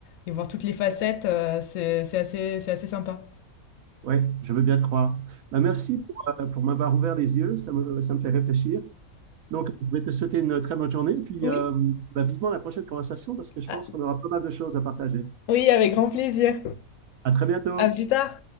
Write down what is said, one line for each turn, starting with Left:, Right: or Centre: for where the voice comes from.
Left: et voir toutes les facettes, heu, c'est c'est assez c'est assez sympa.
Right: Ouais, je veux bien te croire. Ben, merci pour, euh, pour m'avoir ouvert les yeux, ça me, ça me fait réfléchir. Donc, je vais te souhaiter une très bonne journée, puis
Left: Oui,
Right: euh, bah, vivement la prochaine conversation parce que je
Left: a
Right: pense qu'on aura pas mal de choses à partager.
Left: oui, avec grand plaisir.
Right: À très bientôt.
Left: À plus tard.